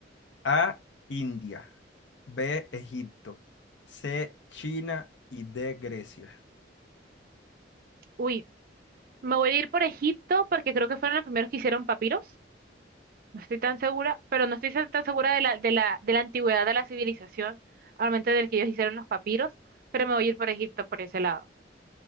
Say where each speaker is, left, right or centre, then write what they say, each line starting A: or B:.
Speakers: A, on the left; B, on the right.
A: A, India. B, Egipto. C, China y D, Grecia.
B: Uy, Me voy a ir por Egipto porque creo que fueron los primeros que hicieron papiros. No estoy tan segura, pero no estoy tan segura de la, de la, de la antigüedad de la civilización, al momento del que ellos hicieron los papiros, pero me voy a ir por Egipto por ese lado.